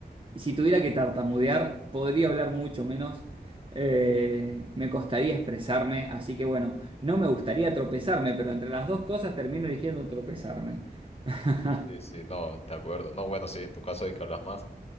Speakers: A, on the right (about 30°); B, on the left (about 35°).
A: Y si tuviera que tartamudear, podría hablar mucho menos. eh, me costaría expresarme, así que bueno, no me gustaría tropezarme, pero entre las dos cosas termino eligiendo tropezarme. <laughs>
B: sí, sí, no, de acuerdo. No, bueno, sí, en tu caso hay que hablas más.